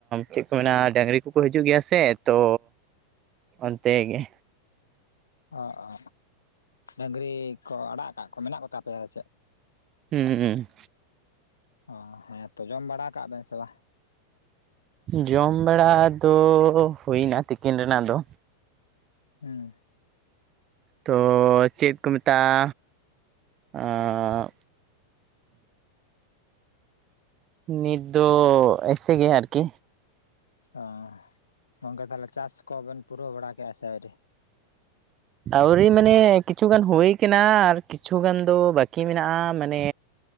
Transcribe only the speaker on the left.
ᱚ ᱚ ᱰᱟᱹᱝᱨᱤ ᱠᱚ ᱟᱲᱟᱜ ᱟᱠᱟᱫ ᱠᱚ ᱢᱮᱱᱟᱜ ᱠᱚᱛᱟ ᱯᱮᱭᱟ ᱪᱮᱫ?
ᱚ ᱦᱮᱸ ᱛᱚ ᱡᱚᱢ ᱵᱟᱲᱟ ᱠᱟᱜ ᱵᱮᱱ ᱥᱮ ᱵᱟᱝ?
ᱦᱩᱸ
ᱚ ᱜᱚᱝᱠᱮ ᱛᱟᱦᱚᱞᱮ ᱪᱟᱥ ᱠᱚᱵᱮᱱ ᱯᱩᱨᱟᱹᱣ ᱵᱟᱲᱟ ᱠᱮᱫᱮᱜᱼᱟ ᱥᱮ ᱟᱹᱣᱨᱤ?